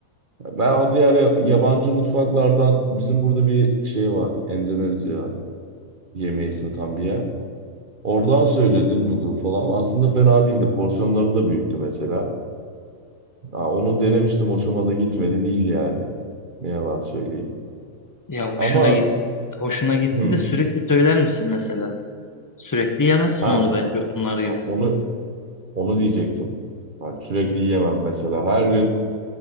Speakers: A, on the right (about 35°); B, on the left (about 30°).
A: Ben o diğer ya- yabancı mutfaklardan bizim burada bir şey var. Endonezya yemeği satan bir yer. Oradan söyledim noodle falan. Aslında fena değildi. Porsiyonları da büyüktü mesela. Ha, onu denemiştim. Hoşuma da gitmedi değil yani. Ne yalan söyleyeyim.
B: Ya hoşuna
A: Ama
B: git hoşuna gitti
A: hı,
B: de sürekli söyler misin mesela? Sürekli yemezsin
A: ha,
B: onu bence onlar gibi.
A: ha, onu onu diyecektim. Ha, sürekli yiyemem mesela. Her gün